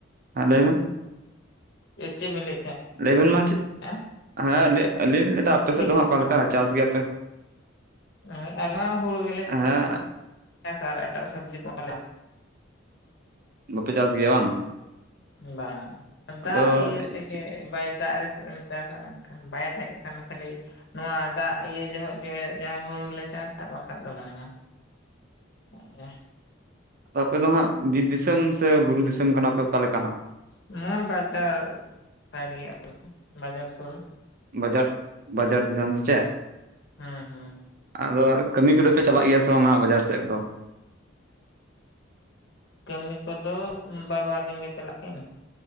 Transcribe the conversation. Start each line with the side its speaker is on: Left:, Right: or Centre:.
Right: ᱦᱮᱸ ᱞᱟᱹᱭ ᱵᱮᱱ
Left: ᱮ ᱪᱮᱫ ᱵᱤᱱ ᱞᱟᱹᱭᱮᱛ ᱛᱟᱦᱮ
Right: ᱞᱟᱹᱭ ᱵᱮᱱ ᱢᱟ ᱪᱮᱫ
Left: ᱦᱮ
Right: ᱦᱮᱸ ᱟᱹᱞᱤᱧ ᱞᱟᱹᱭ ᱮᱫᱟ ᱟᱯᱮ ᱥᱮᱫ ᱫᱚ
Left: ᱜᱮ
Right: ᱦᱟᱸᱜ ᱚᱠᱟ ᱞᱮᱠᱟ ᱪᱟᱥ ᱜᱮᱭᱟᱯᱮ
Left: ᱦᱚᱭ ᱟᱞᱮ ᱦᱚᱸ ᱦᱩᱲᱩ ᱜᱮᱞᱮ
Right: ᱦᱮᱸ
Left: ᱪᱟᱥᱟ ᱟᱨ ᱮᱴᱟᱜ ᱥᱚᱵᱽᱡᱤ ᱠᱚᱢᱟ ᱟᱞᱮ
Right: ᱵᱟᱯᱮ ᱪᱟᱥ ᱜᱮᱭᱟ ᱵᱟᱝ?
Left: ᱵᱟᱝ ᱫᱟᱜ
Right: ᱟᱫᱚ
Left: ᱤᱭᱟᱹ ᱛᱮᱜᱮ
Right: ᱪᱮᱫ
Left: ᱵᱟᱭ ᱫᱟᱜ ᱨᱮ ᱥᱮᱫ ᱮᱢ ᱪᱟᱥᱟ ᱮᱱᱠᱷᱟᱱ ᱵᱟᱭ ᱫᱟᱜᱮᱜ ᱠᱟᱱᱟ ᱠᱷᱟᱹᱞᱤ ᱱᱚᱣᱟ ᱫᱟᱜ ᱤᱭᱟᱹ ᱡᱚᱠᱷᱚᱜ ᱜᱮ ᱡᱟ ᱦᱩᱲᱩ ᱞᱮ ᱪᱟᱥᱟ ᱵᱟᱠᱷᱟᱱ ᱫᱚ ᱵᱟᱝᱟ ᱚ
Right: ᱟᱯᱮ ᱫᱚ ᱦᱟᱸᱜ ᱵᱤᱨ ᱫᱤᱥᱚᱢ ᱥᱮ ᱵᱩᱨᱩ ᱫᱤᱥᱚᱢ ᱠᱟᱱᱟᱯᱮ ᱚᱠᱟ ᱞᱮᱠᱟ? ᱦᱟᱸᱜ
Left: ᱱᱚᱣᱟ ᱵᱟᱡᱟᱨ ᱥᱟᱭᱤᱰ ᱜᱮ ᱵᱟᱡᱟᱨ ᱥᱩᱨ
Right: ᱵᱟᱡᱟᱨ ᱵᱟᱡᱟᱨ ᱫᱤᱥᱚᱢ ᱫᱚ ᱪᱮᱫ
Left: ᱦᱮᱸ ᱦᱮᱸ
Right: ᱟᱫᱚ ᱠᱟᱹᱢᱤ ᱠᱚᱫᱚ ᱯᱮ ᱪᱟᱞᱟᱜ ᱜᱮᱭᱟ ᱥᱮ ᱵᱟᱝ ᱱᱟᱦᱟᱜ ᱵᱟᱡᱟᱨ ᱥᱮᱫ ᱫᱚ?
Left: ᱠᱟᱹᱢᱤ ᱠᱚᱫᱚ ᱵᱟᱵᱟ ᱟᱹᱠᱤᱱ ᱜᱮ ᱪᱟᱞᱟᱜ ᱠᱤᱱ